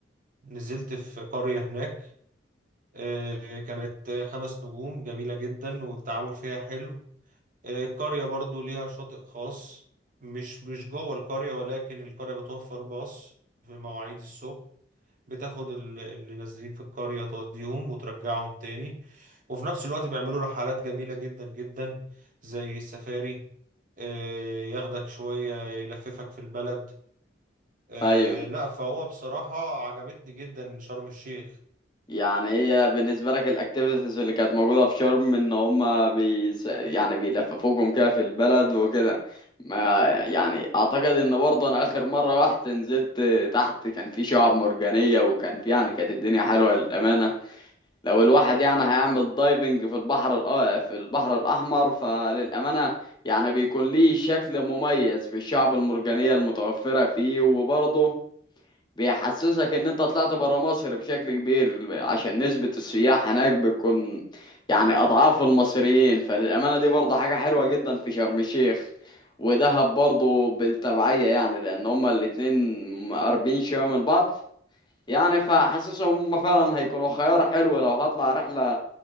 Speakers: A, on the right; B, on the left.
A: نزلت في قرية هناك آه، كانت خمس نجوم جميلة جدا والتعامل فيها حلو آه، القرية برضو ليها شاطئ خاص مش مش جوه القرية ولكن القرية بتوفر باص في مواعيد الصبح بتاخد ال- اللي نازلين في القرية توديهم وترجعهم تاني وفي نفس الوقت بيعملوا رحلات جميلة جدا جدا زي السفاري آه، ياخدك شوية يلففك في البلد آه،
B: أيوه
A: لا فهو بصراحة عجبتني جدا شرم الشيخ
B: يعني هي بالنسبة لك الأكتيفيتيز اللي كانت موجودة في شرم إن هما بيس... يعني بيلففوكم كده في البلد وكده ما يعني أعتقد إن برضه أنا آخر مرة رحت نزلت تحت كان في شعاب مرجانية وكان في يعني كانت الدنيا حلوة للأمانة لو الواحد يعني هيعمل دايفنج في البحر الأ... في البحر الأحمر فللأمانة يعني بيكون ليه شكل مميز بالشعب المرجانية المتوفرة فيه وبرضه بيحسسك ان انت طلعت برا مصر بشكل كبير عشان نسبة السياح هناك بتكون يعني اضعاف المصريين فللامانة دي برضه حاجة حلوة جدا في شرم الشيخ ودهب برضه بالتبعية يعني لان هما الاتنين قريبين شوية من بعض يعني فحاسسهم هما فعلا هيكونوا خيار حلو لو هطلع رحلة